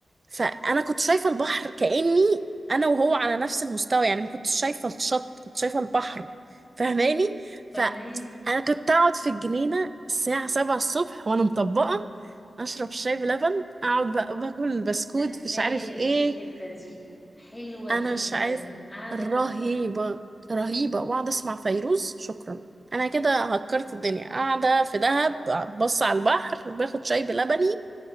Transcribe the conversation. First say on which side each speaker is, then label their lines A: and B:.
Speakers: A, on the right (about 25°); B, on the left (about 15°).
A: فانا كنت شايفه البحر كاني انا وهو على نفس المستوى يعني ما كنتش شايفه الشط كنت شايفه البحر فاهماني فانا
B: فاهمك
A: كنت اقعد في الجنينه الساعه 7 الصبح وانا مطبقه اشرب شاي بلبن اقعد بقى باكل بسكوت
B: ده كفايه
A: مش عارف ايه
B: دي الحته دي حلوه
A: انا
B: جدا
A: مش عايز
B: قاعده
A: رهيبه
B: تحفه
A: رهيبه واقعد اسمع فيروز شكرا انا كده هكرت الدنيا قاعده في دهب بص على البحر باخد شاي بلبني